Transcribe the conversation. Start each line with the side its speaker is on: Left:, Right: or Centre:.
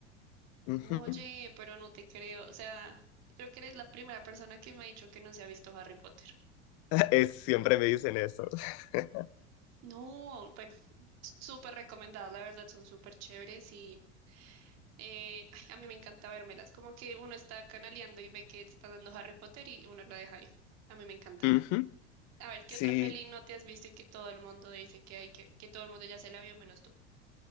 Left: Ujú.
Right: Oye,
Left: <laughs>
Right: pero no te creo. O sea, creo que eres la primera persona que me ha dicho que no se ha visto Harry Potter.
Left: Es- siempre me dicen eso. <laughs>
Right: No, bueno, s- súper recomendadas, la verdad, son súper chéveres y eh, ay, a mí me encanta vérmelas. Como que uno está canaleando y ve que está dando Harry Potter y uno la deja ahí. A mí me encanta.
Left: Ujú.
Right: A ver, ¿qué
Left: Sí,
Right: otra peli no te has visto y que todo el mundo dice que hay que, que todo el mundo ya se la vio menos tú?